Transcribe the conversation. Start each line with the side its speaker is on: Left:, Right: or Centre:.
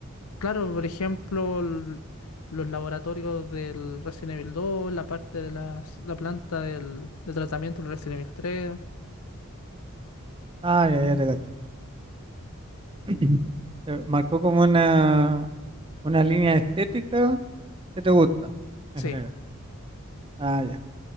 Left: Claro, por ejemplo, l- los laboratorios del Resident Evil 2, la parte de las- la planta del, de tratamiento del Resident Evil 3.
Right: Ah, ya, ya te cacho. Eh, Marcó como una, una línea estética que te gusta, en
Left: Sí,
Right: general. Ah, ya.